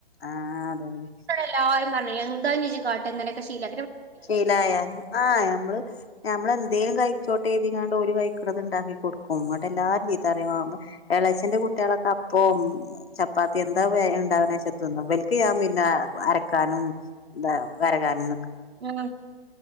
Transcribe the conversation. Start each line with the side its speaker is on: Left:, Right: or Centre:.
Left: ആഹ് അതന്നെ
Right: ല്ലാരുപറഞ്ഞു എന്താ നെജു കാട്ട അങ്ങനൊക്ക ശീല
Left: ശീലായ ആഹ് ഞമ്മള് ഞമ്മള്ന്തേലും കഴിച്ചോട്ട ണ്ടാ ഒരു കൈക്കണത് ഉണ്ടാക്കി കൊടുക്കും ഇങ്ങട്ട എല്ലാരും ചീത്ത അറിയും എളേച്ചന്റെ കുട്ടികളൊക്കെ അപ്പം ചപ്പാത്തി എന്താ ഉണ്ടാകുന്നേച്ച തിന്നോ വലക്ക് ഞാൻപിന്ന അരക്കാനും എന്താ വരകനും
Right: ഉ